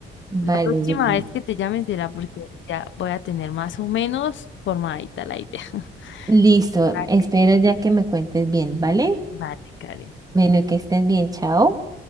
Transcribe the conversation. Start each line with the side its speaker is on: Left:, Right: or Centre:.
Right: vale,
Left: La próxima
Right: Yuli.
Left: vez que te llames será porque ya voy a tener más o menos formadita la idea. <laughs>
Right: Listo,
Left: Vale.
Right: espero ya que me cuentes bien, ¿vale?
Left: Vale, Karen.
Right: Bueno, que estés bien, chao.